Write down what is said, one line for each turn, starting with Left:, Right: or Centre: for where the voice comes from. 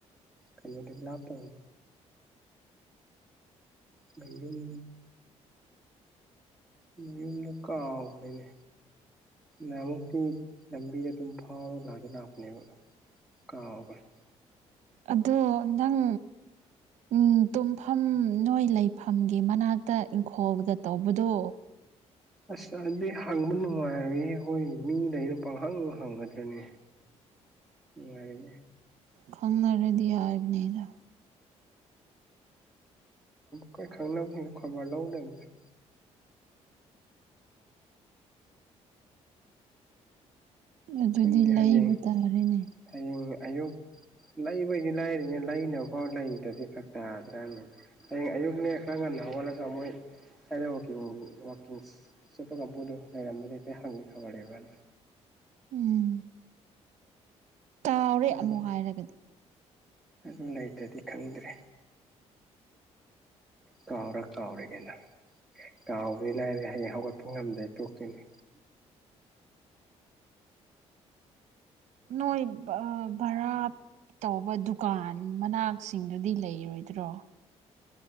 Centre: ꯀꯩꯅꯣꯗꯤ ꯂꯞꯇꯕꯅꯤ ꯃꯌꯨꯝ ꯃꯌꯨꯝꯗꯨ ꯀꯎꯒ꯭ꯔꯦꯅꯦ ꯅꯍꯥꯟꯃꯨꯛꯇꯤ ꯂꯝꯕꯤꯗ ꯑꯗꯨꯝ ꯐꯥꯎ ꯂꯥꯛꯑꯒ ꯂꯥꯛꯄꯅꯦꯕ ꯀꯥꯎꯒꯔꯦ
Right: ꯑꯗꯣ ꯅꯪ ꯎꯝ ꯇꯨꯝꯐꯝ ꯅꯣꯏ ꯂꯩꯐꯝꯒꯤ ꯃꯅꯥꯛꯇ ꯏꯪꯈꯣꯜꯒ ꯇꯧꯕꯗꯣ
Centre: ꯑꯁ ꯑꯗꯨꯗꯤ ꯍꯪꯕ ꯅꯨꯡꯉꯥꯏꯔꯣꯏ ꯑꯩꯈꯣꯏ ꯃꯤ ꯂꯩꯅ ꯄꯥꯡꯍꯪ ꯍꯪꯒꯗ꯭ꯔꯅꯦ ꯃꯥꯅꯨꯡ
Right: ꯈꯪꯅꯔꯗꯤ ꯍꯥꯏꯕꯅꯦꯗ
Centre: ꯀꯥꯏ ꯈꯪꯅ ꯈꯕꯔ ꯂꯧꯗꯕꯅꯤꯗ
Right: ꯑꯗꯨꯗꯤ
Centre: ꯈꯪꯗꯦ
Right: ꯂꯩꯕ
Centre: ꯍꯌꯦꯡ
Right: ꯇꯥꯔꯦꯅꯦ
Centre: ꯍꯌꯦꯡ ꯑꯌꯨꯛ ꯂꯩꯕꯩꯗꯤ ꯂꯥꯏꯔꯤꯉ ꯂꯩꯅꯕ ꯐꯥꯎ ꯂꯩꯗ꯭ꯔꯗꯤ ꯈꯔ ꯇꯥꯗ꯭ꯔꯅꯤ ꯍꯌꯦꯡ ꯑꯌꯨꯛꯅꯦꯛ ꯈꯒ ꯅ ꯍꯧꯒꯠꯂꯒ ꯃꯣꯢ ꯁ꯭ꯏꯗ ꯋꯥꯀꯤꯡ ꯋꯥꯛꯀꯤꯡ ꯆꯠꯄ ꯀꯥꯡꯕꯨꯨꯗꯣ ꯂꯩꯔꯝꯕꯗꯤ ꯑꯩꯐꯩ ꯍꯪꯒꯦ ꯈꯕꯔ ꯂꯩꯕ꯭ꯔꯅ
Right: ꯎꯝ ꯀꯥꯎꯔꯦ
Centre: ꯑꯗꯨꯝ
Right: ꯑꯃꯨꯛ ꯍꯥꯏꯔꯒꯗꯤ
Centre: ꯑꯗꯨ ꯂꯩꯇꯗꯤ ꯈꯪꯗ꯭ꯔꯦ ꯀꯥꯎꯔ ꯀꯥꯎꯔꯦ ꯀꯩꯅꯣ ꯀꯥꯎꯗꯤ ꯂꯥꯏꯔꯦ ꯍꯌꯦꯡ ꯍꯧꯒꯠꯄ ꯉꯝꯗꯦ ꯇꯣꯛꯇꯣꯢꯅꯦ
Right: ꯅꯣꯏ ꯚꯔꯥ ꯇꯧꯕ ꯗꯨꯀꯥꯟ ꯃꯅꯥꯛꯁꯤꯡꯗꯨꯗꯤ ꯂꯩꯔꯣꯏꯗ꯭ꯔꯣ